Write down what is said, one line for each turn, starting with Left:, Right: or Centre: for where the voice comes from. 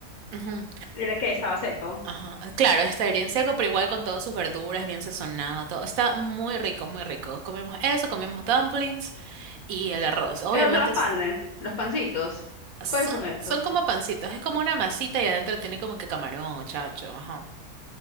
Right: Ujú.
Left: ¿El que estaba seco?
Right: Ajá, ah, claro, está bien seco, pero igual con todas sus verduras, bien sazonado, todo. Está muy rico, muy rico. Comemos eso, comemos dumplings y el arroz. Obviamente
Left: Esos son los
Right: es-
Left: panes, los pancitos.
Right: son,
Left: ¿Cuáles son esos?
Right: son como pancitos, es como una masita y adentro tiene como que camarón o chancho. Ajá.